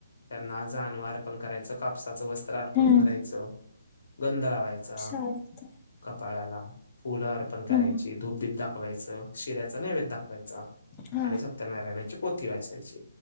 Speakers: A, on the left (about 65°); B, on the left (about 25°).
A: त्यांना जानव अर्पण करायच. कापसाच वस्त्र अर्पण
B: हम्म
A: करायच. गंध लावायचा.
B: चालते
A: कपाळाला, फुल अर्पण करायची.
B: हम्म
A: धूपदीप दाखवायच. शिऱ्याचा नैवद दाख वायचा.
B: हा
A: आणि सत्यनारायणाची पोथी वाचायची.